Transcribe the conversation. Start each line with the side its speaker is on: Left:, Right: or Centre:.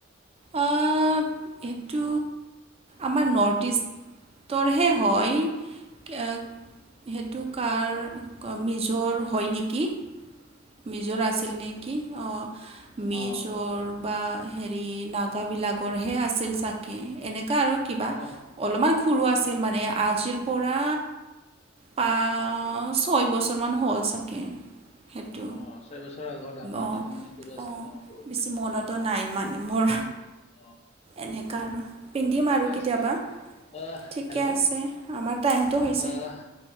Right: অ', সেইটো আমাৰ নৰ্থ ইষ্ট টৰহে হয়। সেইটো কাৰ, মিজ'ৰ হয় নেকি? মিজৰ আছিল নেকি? অ', মিজৰ
Left: অ
Right: বা হেৰি নাগাবলাক কৰহে আছিল চাগে, এনেকুৱা আৰু কিবা
Left: অ
Right: অলপমান সৰু আছিল মানে,
Left: উম,
Right: আজিৰ পৰা পা, ছয় বছৰমান হ'ল চাগে। সেইটো।
Left: অ ছয় বছৰৰ আগত আপুনি
Right: অ',
Left: তাৰমানে সৰু আছিল
Right: অঁ',
Left: ন বহুত
Right: বেছি মনতো নাই মানে মোৰ
Left: অ
Right: এনেকুৱা আৰু। পিন্ধিম আৰু
Left: ঠিকে
Right: কেতিয়াবা,
Left: আছে আহ
Right: ঠিকে
Left: হেল্ল'
Right: আছে, আমাৰ টাইমটো হৈছে।
Left: আহ